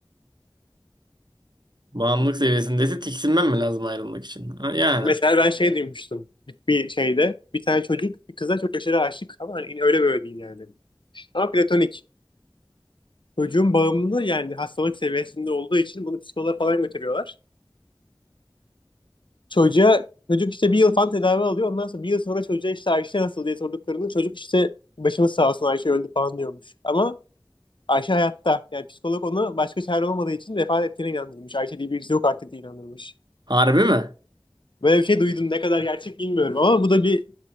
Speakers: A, on the right (about 60°); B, on the left (about 70°).
A: Bağımlılık seviyesindeyse tiksinmen mi lazım ayrılmak için? Ha, Yani.
B: Mesela ben şey duymuştum bir, bir şeyde. Bir tane çocuk bir kıza çok aşırı aşık ama hani öyle böyle değil yani. Ama platonik. Çocuğun bağımlılığı yani hastalık seviyesinde olduğu için bunu psikoloğa falan götürüyorlar. Çocuğa çocuk işte bir yıl falan tedavi alıyor. Ondan sonra bir yıl sonra çocuğa işte Ayşe nasıl diye sorduklarında çocuk işte başımız sağ olsun Ayşe öldü falan diyormuş. Ama Ayşe hayatta. Yani psikolog onu başka çare olmadığı için vefat ettiğine inandırmış. Ayşe diye birisi yok artık diye inandırmış.
A: Harbi mi?
B: Böyle bir şey duydum. Ne kadar gerçek bilmiyorum ama bu da bir